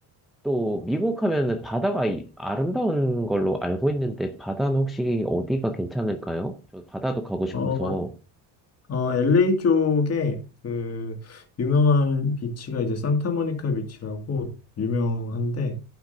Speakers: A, in the centre; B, on the left.
A: 또 미국 하면은 바다가 이- 아름다운 걸로 알고 있는데 바다는 혹시 어디가 괜찮을까요? 저 바다도 가고 싶어서.
B: 어, 어, LA 쪽에 그 유명한 비치가 이제 산타모니카 비치라고 유명한데